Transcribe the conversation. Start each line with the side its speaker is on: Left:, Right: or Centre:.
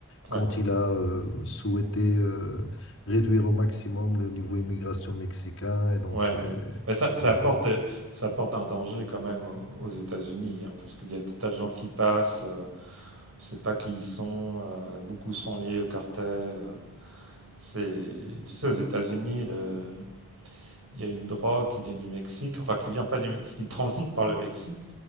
Right: Ouais,
Left: quand il a euh, souhaité euh, réduire au maximum le niveau immigration mexicain et donc
Right: ouais,
Left: euh,
Right: ouais. Mais ça, ça
Left: renforcer.
Right: apporte, euh, ça apporte un danger quand même aux aux États-Unis, hein, parce qu'il y a des tas de gens qui passent, euh, on ne sait pas qui ils sont, euh, beaucoup sont liés au cartel. euh. C'est, tu sais, aux États-Unis, le- il y a une drogue qui vient du Mexique, enfin qui vient pas du Mexique, qui transite par le Mexique,